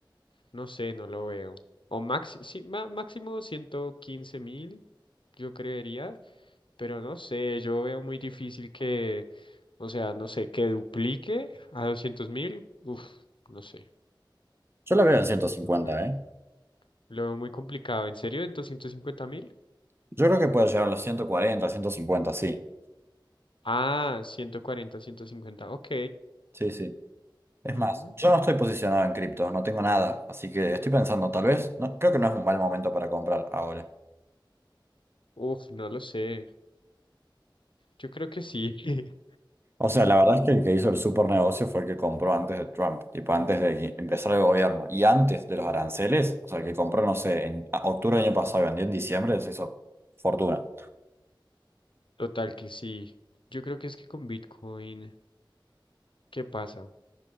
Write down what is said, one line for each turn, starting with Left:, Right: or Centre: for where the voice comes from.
Left: No sé, no lo veo. O máximo, sí, ma- máximo 115 mil, yo creería, pero no sé, yo veo muy difícil que, o sea, no sé, que duplique a 200 mil. Uf, no sé,
Right: Yo la veo en ciento cincuenta
Left: no veo.
Right: ¿eh?
Left: Lo veo muy complicado. ¿En serio? ¿En 250 mil?
Right: Yo creo que puede llegar a los ciento cuarenta ciento cincuenta sí.
Left: Ah, 140, 150, ok.
Right: Sí, sí. Es
Left: Mm,
Right: más, yo no estoy posicionado en cripto, no tengo nada, así que estoy pensando, tal vez, no, creo que no es un mal momento para comprar ahora.
Left: Uf, no lo sé. Yo creo que sí. <laughs>
Right: O sea, la verdad es que el que hizo el super negocio fue el que compró antes de Trump, tipo antes de que empezara el gobierno y antes de los aranceles, o sea, el que compró, no sé, en a- octubre del año pasado y vendió en diciembre, se hizo fortuna.
Left: Total que sí. Yo creo que es que con Bitcoin, ¿qué pasa?